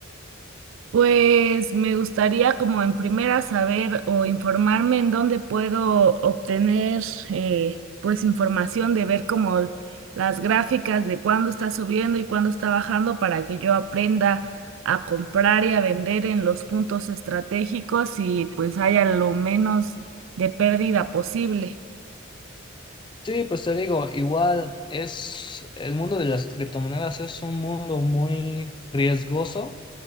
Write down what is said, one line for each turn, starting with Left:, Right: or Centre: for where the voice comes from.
Right: Pues me gustaría como en primera saber o informarme en dónde puedo obtener eh, pues información de ver como las gráficas de cuándo está subiendo y cuándo está bajando para que yo aprenda a comprar y a vender en los puntos estratégicos y pues haya lo menos de pérdida posible.
Left: Sí, pues te digo, igual es el mundo de las criptomonedas es un mundo muy riesgoso,